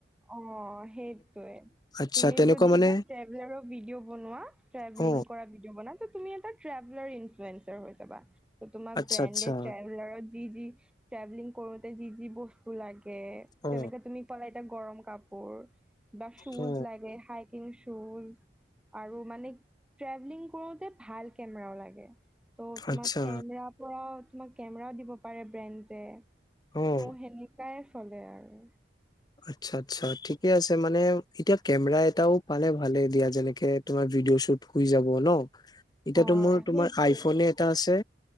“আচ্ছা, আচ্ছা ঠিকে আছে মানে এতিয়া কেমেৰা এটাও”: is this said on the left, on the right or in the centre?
Left